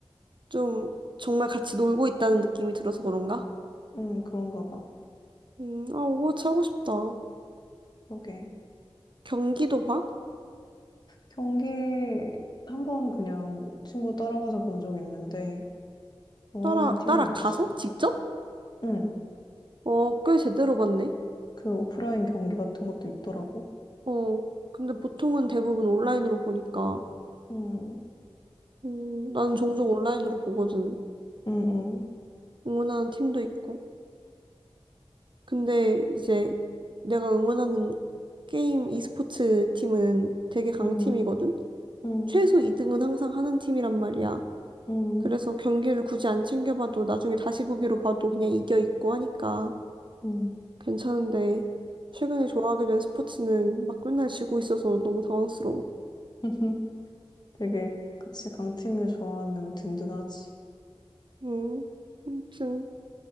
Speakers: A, on the right; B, on the left.
A: 좀 정말 같이 놀고 있다는 느낌이 들어서 그런가?
B: 음, 그런가 봐.
A: 음, 아, 오버워치 하고 싶다.
B: 그러게.
A: 경기도 봐?
B: 경기 한 번 그냥 친구 따라가서 본 적 있는데 응원하는
A: 따라,
B: 팀은
A: 따라가서?
B: 없어.
A: 직접?
B: 응.
A: 어, 꽤 제대로 봤네.
B: 그 오프라인 경기 같은 것도 있더라고.
A: 어, 근데 보통은 대부분 온라인으로 보니까
B: 응.
A: 음, 나는 종종 온라인으로 보거든.
B: 응.
A: 응원하는 팀도 있고. 근데 이제 내가 응원하는 게임 e스포츠 팀은 되게 강팀이거든.
B: 응. 응.
A: 최소 2등은 항상 하는 팀이란 말이야.
B: 응.
A: 그래서 경기를 굳이 안 챙겨봐도 나중에 다시 보기로 봐도 그냥 이겨 있고 하니까
B: 응.
A: 괜찮은데 최근에 좋아하게 된 스포츠는 막 맨날 지고 있어서 너무 당황스러워.
B: <laughs> 응. 되게 그치 강팀을 좋아하면 든든하지.
A: 음, 아무튼